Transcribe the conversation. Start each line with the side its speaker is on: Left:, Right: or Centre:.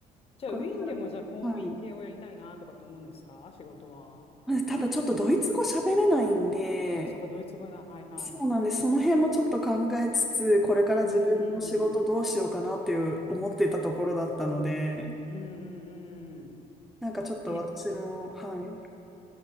Left: じゃあウィーンでもじゃあ公務員系をやりたいなとかと思うんですか仕事は。
Centre: これ、はい。ただちょっとドイツ語喋れないんで、
Left: そうか、ドイツ語だ。はいはい。
Centre: そうなんです。その辺もちょっと考えつつ、これから自分の仕事どうしようかなっていう思ってたところだったので、
Left: うんうん。うんうんうん。
Centre: なんかちょっと私も、
Left: え、
Centre: はい。